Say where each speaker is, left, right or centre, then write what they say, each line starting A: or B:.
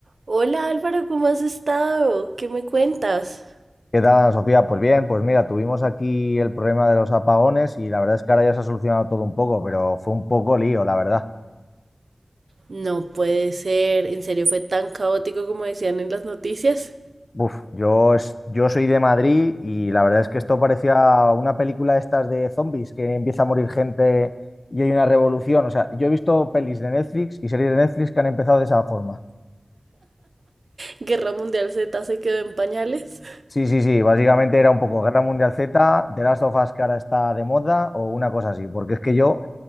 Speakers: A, on the right; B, on the left.
A: Hola Álvaro, ¿cómo has estado? ¿Qué me cuentas?
B: ¿Qué tal, Ana Sofía? Pues bien, pues mira, tuvimos aquí el problema de los apagones y la verdad es que ahora ya se ha solucionado todo un poco, pero fue un poco lío, la verdad.
A: No puede ser, en serio fue tan caótico como decían en las noticias.
B: Uf, yo, es, yo soy de Madrid y la verdad es que esto parecía una película de estas de zombies, que empieza a morir gente y hay una revolución. O sea, yo he visto pelis de Netflix y series de Netflix que han empezado de esa forma.
A: Guerra Mundial Z se quedó en pañales.
B: Sí, sí, sí, básicamente era un poco Guerra Mundial Z, de Last of Us que ahora está de moda o una cosa así, porque es que yo